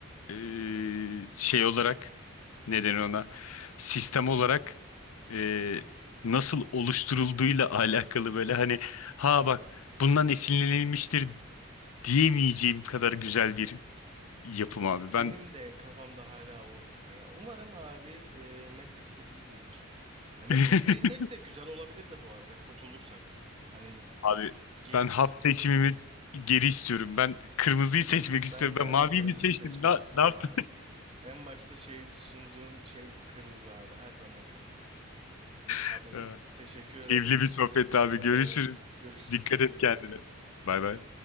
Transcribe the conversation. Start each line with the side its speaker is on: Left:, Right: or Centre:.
Left: e, şey olarak neden ona sistem olarak e, nasıl oluşturulduğuyla <laughs> alakalı böyle hani ha bak bundan esinlenilmiştir diyemeyeceğim kadar güzel bir yapım abi. Ben
Right: Benim de kafamda hala o oturmuyor. Umarım abi e, Matrix'te değilizdir. Ya Matrix'teysek
Left: <laughs>
Right: de güzel olabilir de bu arada kurtulursak. Hani
Left: Abi
Right: gelip
Left: ben hap seçimimi geri istiyorum. Ben kırmızıyı seçmek
Right: ben
Left: istiyorum.
Right: ben
Left: Ben maviyi
Right: de kırmızıyı
Left: mi seçtim?
Right: seçmek
Left: Ne,
Right: istiyorum
Left: ne yaptım?
Right: abi. En başta şey sunduğun şey kırmızı abi. Her zaman kırmızı. Abi
Left: <laughs> Ee,
Right: teşekkür ederim.
Left: Keyifli bir sohbet abi.
Right: Aynen.
Left: Görüşürüz.
Right: Görüşürüz.
Left: Dikkat
Right: Kendine
Left: et
Right: iyi
Left: kendine.
Right: bak.
Left: Bay bay.